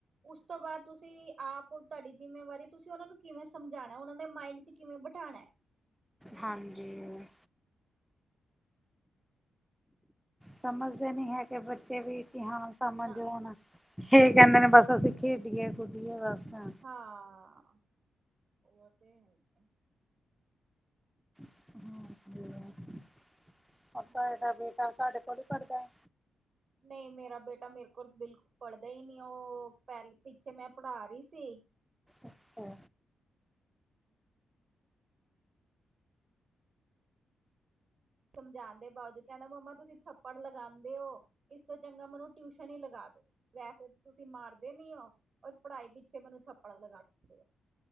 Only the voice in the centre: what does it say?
ਹਾਂਜੀ
ਸਮਝਦੇ
ਨੀ ਹੈ, ਕਿ ਬੱਚੇ ਵੀ ਹਾਂ ਸਮਝ
ਹੁਣ ਇਹ ਕਹਿੰਦੇ
ਨੇ ਬਸ ਅਸੀਂ। ਖੇਡੀਏ ਖੁਡਏ ਰਸ ਹਨ।
ਹਾਂ <unintelligible> ਪੱਕਾ
ਬੇਟਾ ਸਾਡੇ ਕੋਲ ਪੜ੍ਹਦਾ ਹੈ।
ਅੱਛਾ।